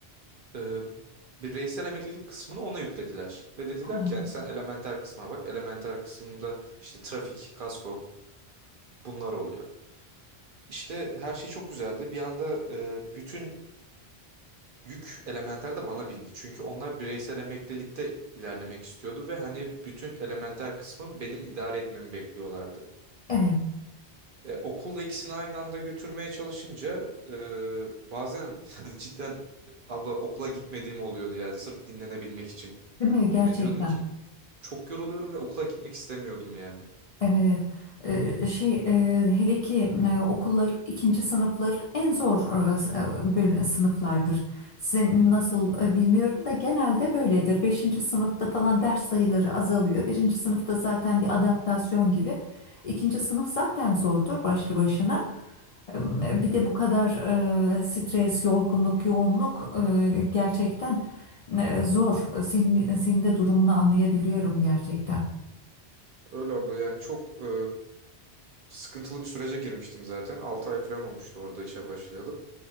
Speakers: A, on the right; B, on the left.
A: Ee, bireysel emeklilik kısmını ona yüklediler ve dediler
B: Ha ha,
A: ki yani sen elementer kısma bak. Elementer kısımda işte trafik, kasko bunlar oluyor. İşte her şey çok güzeldi. Bir anda e, bütün yük elementer de bana bindi. Çünkü onlar bireysel emeklilikte ilerlemek istiyordu ve hani bütün elementer kısmın benim idare etmemi bekliyorlardı.
B: evet.
A: E, okulla ikisini aynı anda götürmeye çalışınca e, bazen <laughs> cidden abla okula gitmediğim oluyordu yani sırf dinlenebilmek için.
B: Değil mi? Gerçekten.
A: Hani diyordum ki çok yoruluyorum ve okula gitmek istemiyordum yani.
B: Evet. Ee, şey e, hele ki e, okullar ikinci sınıfları en zor e, s- e, böl- sınıflardır. Sizin
A: Hı hı.
B: nasıl e, bilmiyorum da genelde böyledir. Beşinci sınıfta falan ders sayıları azalıyor. Birinci sınıfta zaten bir adaptasyon gibi. İkinci sınıf zaten zordur başlı başına. E, Bir de bu kadar e, stres, yorgunluk, yoğunluk e, gerçekten e, zor. Senin, senin de durumunu anlayabiliyorum gerçekten.
A: Öyle abla yani çok e, sıkıntılı bir sürece girmiştim zaten. 6 ay falan olmuştu orada işe başlayalı.